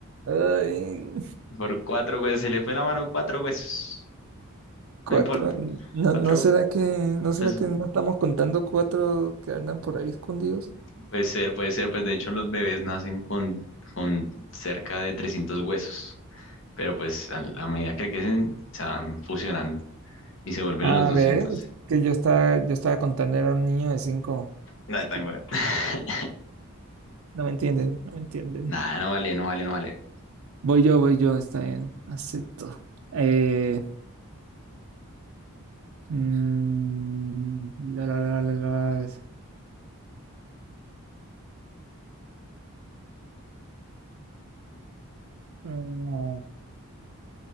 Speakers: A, on the right; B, on the left.
A: Ay,
B: por cuatro huesos. Se le fue la mano cuatro huesos.
A: Cuatro.
B: No importa,
A: ¿No,
B: cuatro.
A: no será que, no
B: Entonces,
A: será que no estamos contando cuatro que andan por ahí escondidos?
B: puede ser, puede ser. Pues de hecho los bebés nacen con, con cerca de 300 huesos. Pero pues a, a medida que crecen, se van fusionando y se vuelven
A: A
B: los 200.
A: ver, es que yo estaba, yo estaba contando era un niño de cinco.
B: Nada,
A: Es que
B: tan weón. <laughs>
A: no me entienden, no me entienden.
B: Nada, no vale, no vale, no vale.
A: Voy yo, voy yo, está bien, acepto. Eh, mm, la, la, la, la, la, mm,